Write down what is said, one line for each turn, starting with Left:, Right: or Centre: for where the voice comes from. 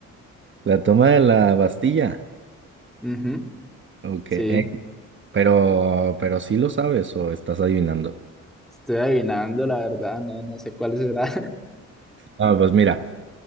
Right: La toma de la Bastilla,
Centre: Ujú,
Right: ok,
Centre: Sí,
Right: eh, pero, pero sí lo sabes o estás adivinando.
Centre: estoy adivinando, la verdad. No, no sé cuál será.
Right: Ah, pues mira.